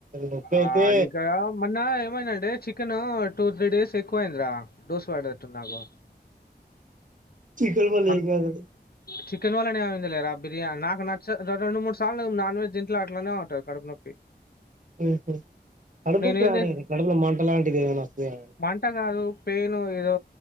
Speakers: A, on the right; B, on the left.
A: నొప్పి అయితే
B: ఆ ఇక మొన్న ఏమైందండి చికెన్ టూ త్రీ డేస్ ఎక్కువైంది రా దోస పడదట్టు నాకు
A: చికెన్ వల్ల
B: మన
A: ఏమి కాదు అది
B: చికెన్ వల్లనే అయింది లేరా ఆ బిర్యానీ నాకు నచ్చ రెండు మూడు సార్లు నాన్ వెజ్ దింట్లో అట్లానే ఉంటాది కడుపు నొప్పి.
A: ఉహు కడుపునొప్పి
B: నేనేం
A: స్టార్టయింది
B: చేసి
A: కడుపులో మంట లాంటిది ఏమైనా వస్తుంద
B: మంట కాదు పెయిను ఏదో